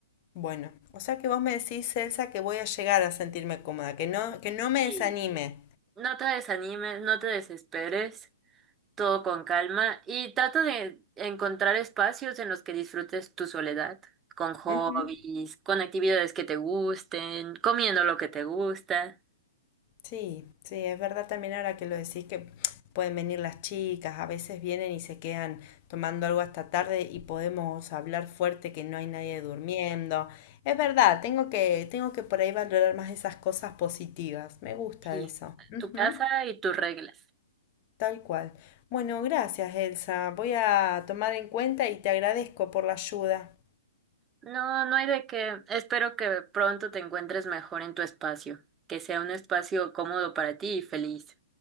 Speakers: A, on the left; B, on the right.
A: Bueno, o sea que vos me decís, Elsa, que voy a llegar a sentirme cómoda, que no, que no me
B: Sí.
A: desanime.
B: No te desanimes, no te desesperes, todo con calma y trata de encontrar espacios en los que disfrutes tu soledad, con hobbies,
A: Ujú.
B: con actividades que te gusten, comiendo lo que te gusta.
A: Sí, sí, es verdad también ahora que lo decís que pueden venir las chicas, a veces vienen y se quedan tomando algo hasta tarde y podemos hablar fuerte que no hay nadie durmiendo. Es verdad, tengo que, tengo que por ahí valorar más esas cosas positivas. Me gusta
B: aquí,
A: eso. Ujú.
B: tu casa y tus reglas.
A: Tal cual. Bueno, gracias, Elsa. Voy a tomar en cuenta y te agradezco por la ayuda.
B: No, no hay de qué. Espero que pronto te encuentres mejor en tu espacio, que sea un espacio cómodo para ti y feliz.